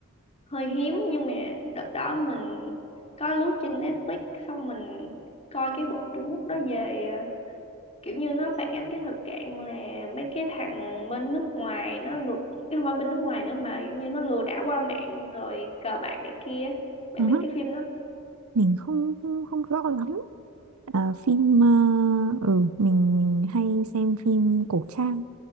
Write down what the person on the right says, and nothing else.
không
mình không không, không rõ lắm à, phim uh, ừ mình mình hay xem phim cổ trang